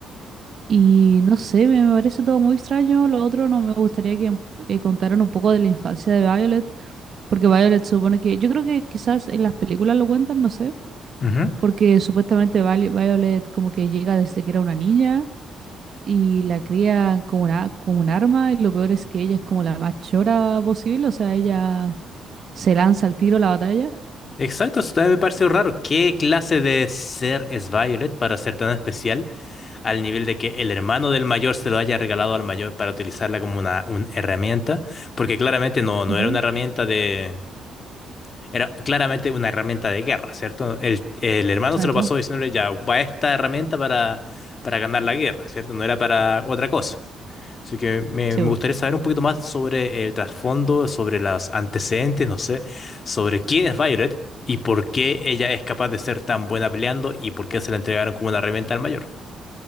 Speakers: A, on the right; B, on the left.
A: Y no sé, me parece todo muy extraño. Lo otro no me gustaría que eh, contaran un poco de la infancia de Violet, porque Violet supone que, yo creo que quizás en las películas lo cuentan, no sé,
B: ujú.
A: porque supuestamente Vali- Violet como que llega desde que era una niña y la cría como una, como un arma y lo peor es que ella es como la más chora posible, o sea, ella se lanza al tiro a la batalla.
B: Exacto, eso también me pareció raro. ¿Qué clase de ser es Violet para ser tan especial al nivel de que el hermano del mayor se lo haya regalado al mayor para utilizarla como una, una herramienta? Porque claramente no,
A: Ujú,
B: no era una herramienta de Era claramente una herramienta de guerra, ¿cierto? El, el hermano
A: exacto.
B: se lo pasó diciéndole, ya, ocupa esta herramienta para, para ganar la guerra, ¿cierto? No era para otra cosa. Así que me,
A: Sí,
B: me gustaría saber un poquito más sobre el trasfondo, sobre los antecedentes, no sé, sobre quién es Violet y por qué ella es capaz de ser tan buena peleando y por qué se la entregaron como una herramienta al mayor.